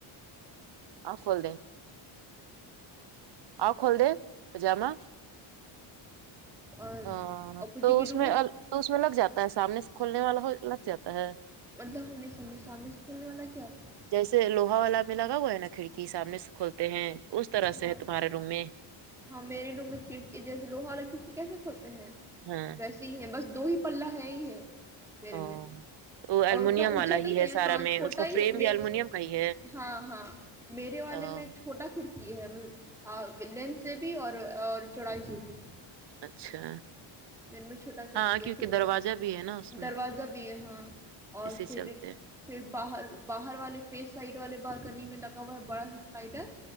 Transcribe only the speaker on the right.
ا کول دے او کھول دے پجامہ
ا
تو
اس
میں تو اس میں لگ جاتا ہے سامنے سے کھولنے والا لگ جاتا ہے
جیسے لوہا والا میں لگا ہوا ہے نا کھڑکی سامنے سے کھولتے ہیں اس طرح
سے ہے تمہارے روم میں
ہاں
او
وہ المونیم
والا
ہی
سارا
میں
اس کا
فریم
بھی المونیم کا ہی
ہے
اچھا
ہاں کیونکہ
دروجہ بھی ہے نا اس میں
اسی
چلتے ہیں